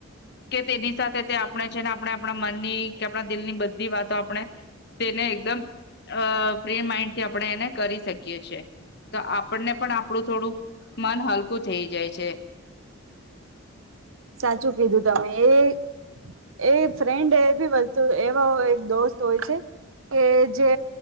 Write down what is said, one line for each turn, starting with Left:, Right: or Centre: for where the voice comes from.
Left: કે તેની સાથે તે આપણે છે, ને આપણે આપણા મનની કે આપણા દિલની બધી વાતો આપણે તેને એકદમ અ ફ્રી માઇન્ડ થી આપણે એને કરી શકીએ છીએ. તો આપણને પણ આપણું થોડું મન હલકું થઈ જાય છે.
Right: સાચું કીધું તમે એ એ ફ્રેન્ડ એવી વસ્તુ એવા દોસ્ત હોય છે કે જે